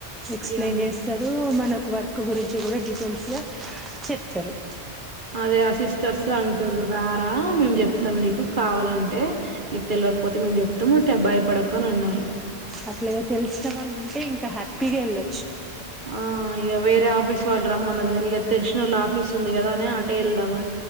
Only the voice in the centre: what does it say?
ఎక్స్ప్లెయిన్
చేస్తారు మనకు వర్క్ గురి చి కూడా డీటెయిల్స్ గా చెప్తారు
అట్లాగా తెలిసిన వాళ్ళు ఉంటే ఇంకా హ్యాపీగా వెళ్ళొ